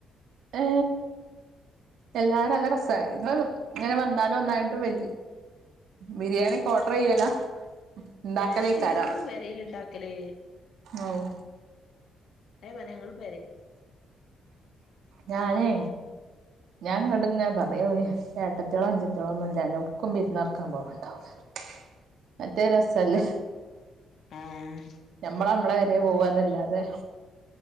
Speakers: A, on the right; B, on the left.
A: ഏ എല്ലാരും നല്ല രസാ ഇങ്ങളൊന്നും ഇങ്ങനെ വന്നാലും ഒന്നായിട്ട് വെർ ബിരിയാണിയൊക്കെ ഓർഡർ ചെയ്യലാ? ഇണ്ടാക്കലേക്കാരം
B: ഏ ഞങ്ങള് പെരയില് ഇണ്ടാക്കല്.
A: ആഹ്
B: ഏ <unintelligible>
A: ഞാനേ ഞാ ഇങ്ങട് ഇങ്ങനെ പറഞ്ഞ് ഏട്ടത്തോളിയും അൻഞ്ചത്തോളിയും ഒന്നും ഇല്ലാഞ്ഞാ എവിട്ക്കും വിരന്ന് പാർക്കാൻ പോവാണ്ടാവില്ലാ പറഞ്ഞ്. മറ്റേ രസല്ലേ
B: ആഹ്
A: ഞമ്മള് നമ്മളെ പെരേ
B: ആഹ്
A: പോവാന്നല്ലാതെ